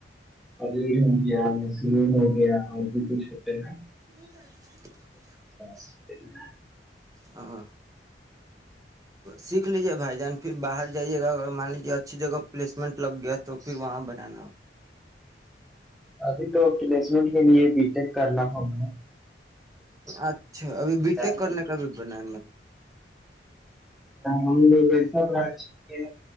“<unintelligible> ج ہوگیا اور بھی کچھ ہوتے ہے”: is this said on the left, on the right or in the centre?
Centre